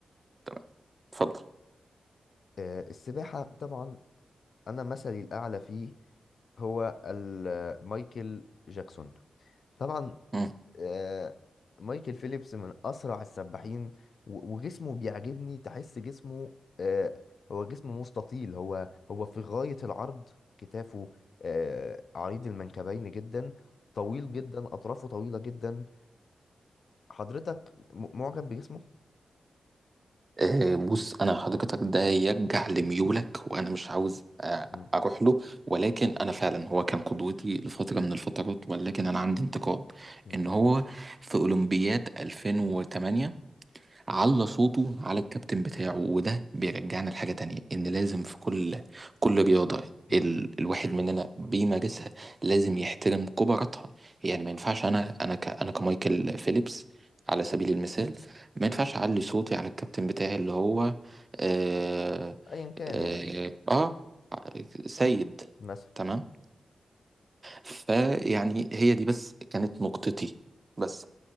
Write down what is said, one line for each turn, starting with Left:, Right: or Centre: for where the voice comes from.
Right: تمام، اتفضل
Left: آه السباحه طبعا انا مثلي الاعلى فيه هو ال- مايكل جاكسون طبعا
Right: مم.
Left: آه، مايكل فيليبس من اسرع السباحين و- وجسمه بيعجبني تحس جسمه آه، هو جسمه مستطيل هو هو في غاية العرض كتافه آه، عريض المنكبين جدا طويل جدا اطرافه طويلة جدا حضرتك م- معجب بجسمه
Right: آه، بص انا حضرتك ده يرجع لميولك وانا مش عاوز آه،
Left: مم،
Right: اروح له ولكن انا فعلا هو كان قدوتي لفتره من الفترات ولكن انا عندي انتقاد
Left: مم،
Right: ان هو في اولمبياد 2008 على صوته على الكابتن بتاعه وده بيرجعنا لحاجة تانية إن لازم في كل كل رياضة
Left: مم،
Right: ال... الواحد مننا بيمارسها لازم يحترم كبراتها يعني
Left: مم.
Right: ما ينفعش أنا أنا ك... أنا كمايكل فيليبس على سبيل المثال ما ينفعش أعلي صوتي على الكابتن بتاعي اللي هو آه
Left: ايا كان
Right: آه,
Left: يعني
Right: آه سيد
Left: مثلا
Right: تمام فيعني هي دي بس كانت نقطتي بس